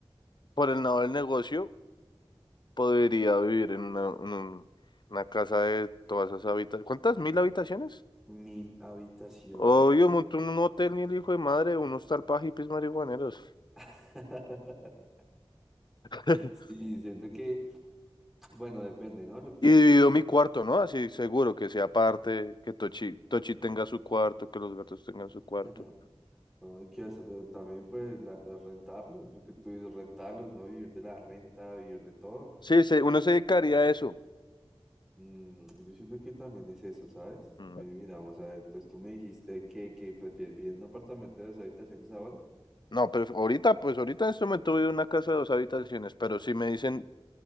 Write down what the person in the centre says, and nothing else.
mil habitaciones.
<laughs>
Sí, siento que, bueno, depende, ¿no? Lo que también,
lo-
claro.
<laughs> No, y que hasta ta- también pues la, la- rentarlos, lo que tú dices, rentarlos, no vivir de la renta, vivir de todo.
Mm, yo siento que también es eso, ¿sabes?
Ven y miramos a ver, entonces tú me dijiste que, que prefieres vivir en un apartamento de dos habitaciones ahora